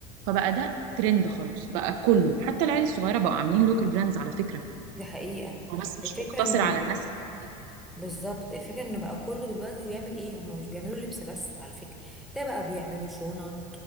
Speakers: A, on the right; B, in the centre.
A: فبقى ده ترند خلاص بقى كله حتى العيال الصغيره بقوا عاملين لوكال براندز على فكره
B: دي حقيقة
A: هو بس مش
B: الفكرة
A: مقتصر
B: انه
A: على الناس الكبيرة.
B: بالظبط الفكرة انه بقى كله دلوقتي بيعمل ايه هم مش بيعملوا لبس بس على فكرة ده بقى بيعملوا شنط